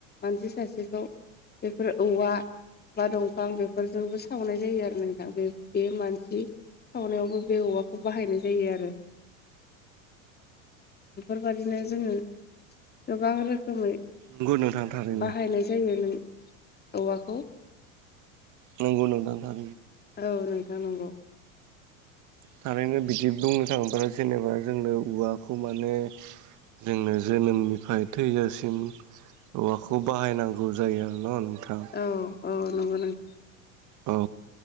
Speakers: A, on the left (about 25°); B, on the right (about 45°).
A: मानसि सासेखौ बेफोर औवा बा दंफां बेफोरजोंबो सावनाय जायो आरो नोंथां बे बे मानसि सावनायावबो बे औवाखौ बाहायनाय जायो आरो। बेफोरबायदििनो जोङो गोबां रोखोमै
B: नंगौ नोंथां थारैनो
A: बाहायनाय जायो नों औवाखौ।
B: नंगौ नोंथां दा
A: औ नोंथां नंगौ।
B: थारैनो बिदि बुंनो थाङोब्ला जेनेबा जोंनो औवाखौ माने जोंनो जोनोमनिफ्राय थैजासिम औवाखौ बाहायनांगौ जायो आरो न' नोंथां?
A: औ औ नंगौ नोंथां।
B: औ